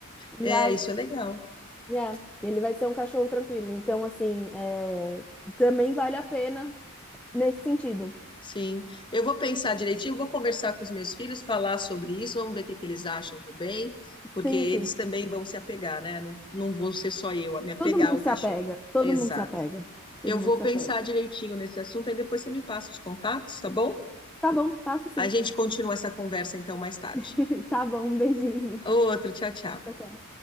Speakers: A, in the centre; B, on the left.
A: E
B: É,
A: a,
B: isso é legal.
A: e é, ele vai ser um cachorro tranquilo. Então, assim, é, também vale a pena nesse sentido.
B: Sim. Eu vou pensar direitinho, vou conversar com os meus filhos, falar sobre isso, vamos ver o que que eles acham também, porque
A: Sim,
B: eles
A: sim.
B: também vão se apegar, né? Não, não vou ser só eu a me apegar
A: Todo mundo
B: ao
A: se
B: cachorro.
A: apega, todo
B: Exato.
A: mundo se apega, todo
B: Eu
A: mundo
B: vou
A: se
B: pensar
A: apega.
B: direitinho nesse assunto, e depois você me passa os contatos, tá bom?
A: Tá bom, passo sim.
B: A gente continua essa conversa então mais tarde.
A: <laughs> Tá bom, um beijinho.
B: Outro, tchau, tchau.
A: Tchau, tchau.